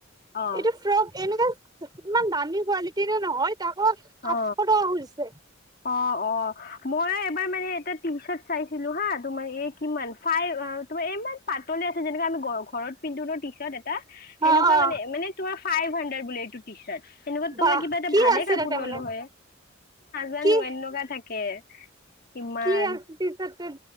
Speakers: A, on the left; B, on the right.
A: অ
B: এইটো ফ্ৰক এনেকা ইমান দামী কোৱালিটিৰে নহয় তকৌ আঠশ
A: অ।
B: টকা খোজিছে
A: অ অ মই এবাৰ মানে এটা টি চাৰ্ট চাইছিলো হা তোমাৰ এই কিমান ফাইভ আহ তোমাৰ ইমান পাতলে আছে যেনেকা আমি গৰ ঘৰত পিন্ধো টিচাৰ্ত এটা, সেনেকুৱা
B: অ অ
A: মানে মানে ফাইভ হাড্ৰেড বোলে টো টিচাৰ্ট, যেনেকুৱাতো
B: বাহ
A: মই কিবা এটা
B: কি
A: ভালে
B: আছে
A: কাপোৰ
B: তাতে
A: ললো
B: মানে
A: হয়। জানো
B: কি
A: এনেকুৱা থাকে ইমান।
B: কি টি চাৰ্টত